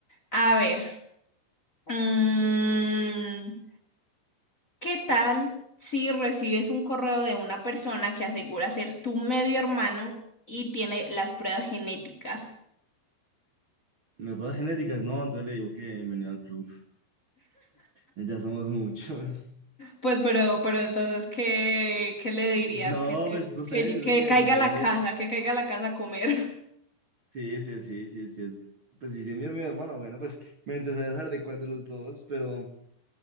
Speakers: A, on the left (about 25°); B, on the right (about 45°).
A: A ver, mm, ¿qué tal si recibes un correo de una persona que asegura ser tu medio hermano y tiene las pruebas genéticas?
B: Las pruebas genéticas, no, entonces le digo que venía al club. Ya somos muchos.
A: Pues, pero, pero entonces, ¿qué, qué le dirías?
B: No,
A: Que, te-
B: pues no
A: que,
B: sé, yo
A: que
B: creo que
A: caiga
B: depende.
A: a la casa, que caiga a la casa a comer. <laughs>
B: Sí, sí, sí, sí, sí es. Pues sí, sí es mi hermano, mi hermano, bueno, pues me interesaría saber de cuál de los dos, pero,